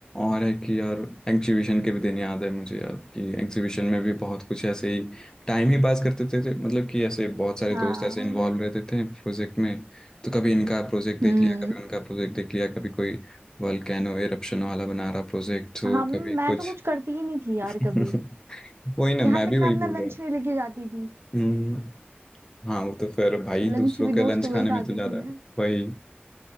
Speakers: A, on the left; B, on the right.
A: और है कि यार एग्जीबिशन के भी दिन याद है मुझे यार कि एग्जीबिशन में भी बहुत कुछ ऐसे ही टाइम ही पास करते थे, थे मतलब कि ऐसे बहुत सारे
B: हाँ
A: दोस्त ऐसे इन्वॉल्व रहते थे प्रोजेक्ट में तो कभी इनका प्रोजेक्ट देख
B: हम्म
A: लिया कभी उनका प्रोजेक्ट देख लिया कभी कोई वोल्केनो एरप्शन वाला बना रहा प्रोजेक्ट तो
B: हम
A: कभी
B: मैं
A: कुछ
B: तो कुछ करती ही नहीं थी यार
A: <laughs>
B: कभी
A: वही ना
B: यहाँ
A: मैं
B: तक
A: भी वही
B: मैं अपना
A: बोल
B: लंच
A: रहा हूँ
B: नहीं लेके जाती थी
A: हम्म, हाँ वो तो फिर भाई
B: लंच
A: दूसरों
B: भी
A: के
B: दोस्तों
A: लंच
B: का
A: खाने
B: ही खाती
A: में तो ज़्यादा
B: थी मैं
A: वही